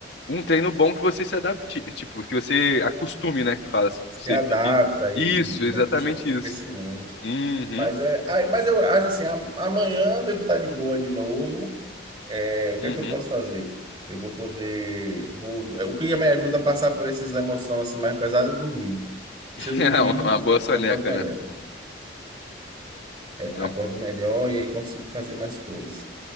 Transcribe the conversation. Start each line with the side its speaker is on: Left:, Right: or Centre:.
Left: um treino bom que você se adapte, tipo, que você acostume, né? Que fala assim,
Right: se
Left: que você
Right: adapta
Left: fique.
Right: e,
Left: Isso,
Right: e-
Left: exatamente
Right: e vai puxando para o
Left: isso.
Right: crescimento.
Left: Uhum,
Right: Mas é, ai, mas eu acho assim, a- amanhã eu devo estar de boa de novo. É, o que
Left: uhum.
Right: é que eu posso fazer? Eu vou poder, vou, o que me ajuda a passar por essas emoções assim mais pesadas é dormir. Se
Left: <laughs>
Right: eu dormir,
Left: É uma boa soneca,
Right: eu acordo melhor.
Left: né?
Right: É,
Left: Uma...
Right: acordo melhor e aí consigo fazer mais coisas.